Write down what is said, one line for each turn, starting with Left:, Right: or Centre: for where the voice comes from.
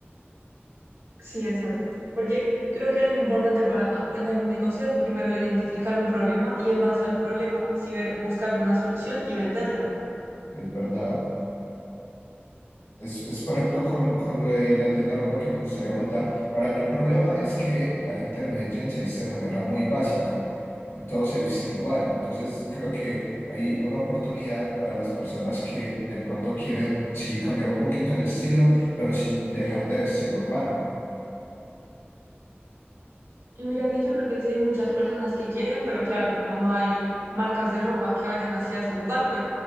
Right: Sí, exacto. Porque creo que algo importante para tener un negocio es primero identificar un problema y en base al problema, sí ver, buscarle una solución y venderla.
Left: Es verdad. Es, es, por ejemplo, con, con lo de la tienda de ropa que me gustaría montar. Para mí el problema es que la gente en Medellín se viste de manera muy básica y todos se visten igual. Entonces, creo que hay una oportunidad para las personas que de pronto quieren, sí, cambiar un poquito el estilo, pero sin dejar de vestir urbano.
Right: Y mira que yo creo que sí hay muchas personas que quieren, pero claro, como no hay marcas de ropa que vayan hacia ese lugar, pues